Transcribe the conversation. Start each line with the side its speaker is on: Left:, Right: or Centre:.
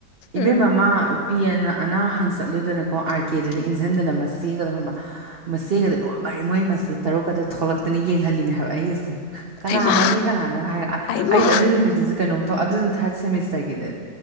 Right: ꯏꯕꯦꯝꯃ
Left: ꯎꯝ
Right: ꯃꯥ ꯄꯤ ꯑꯅ ꯑꯅꯥ ꯍꯪꯆꯠꯂꯨꯗꯅꯀꯣ ꯑꯥꯔ ꯀꯦꯗꯨꯅ ꯏꯟꯁꯤꯟꯗꯅ ꯃꯆꯦꯒꯗ ꯃꯆꯦꯒꯗ ꯂꯣꯏ ꯃ ꯃꯣꯏ ꯃꯆꯦ ꯇꯔꯨꯛꯀꯗ ꯊꯣꯛꯂꯛꯇꯅ ꯌꯦꯡꯍꯜꯂꯤꯅꯦ ꯍꯥꯏꯕ ꯑꯩꯒꯁꯦ ꯀꯅꯥꯅꯣꯅꯦ
Left: ꯍꯩꯃꯥ
Right: ꯀꯅꯥꯅꯣꯒ ꯍꯥꯏꯔ
Left: ꯍꯩꯃꯥ
Right: ꯑꯩꯁ ꯑꯗꯨꯏ ꯅꯨꯃꯤꯠꯇ ꯀꯩꯅꯣꯝ ꯑꯗꯨꯅ ꯊꯥꯔꯠ ꯁꯦꯃꯤꯁꯇꯔꯒꯤꯗ